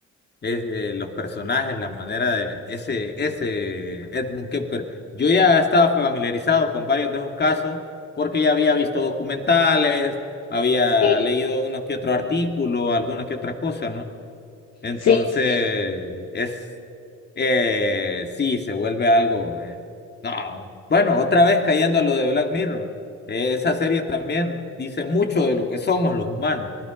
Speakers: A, on the left; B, on the left.
A: Es, eh, los personajes, la manera de ese, ese Edmund Kemper. Yo ya estaba familiarizado con varios de esos casos porque ya había visto documentales, había
B: Sí,
A: leído uno que otro artículo, alguna que otra cosa, ¿no? Entonces,
B: sí, sí,
A: es, eh, sí, se vuelve algo. eh, No, bueno, otra vez cayendo a lo de Black Mirror. eh, esa serie también dice mucho de lo que somos los humanos,